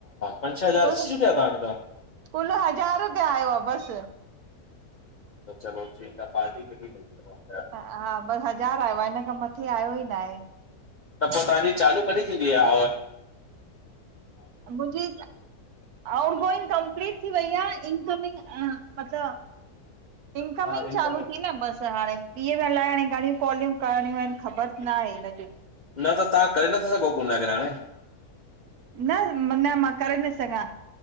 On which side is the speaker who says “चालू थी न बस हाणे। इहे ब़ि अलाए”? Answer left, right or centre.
Right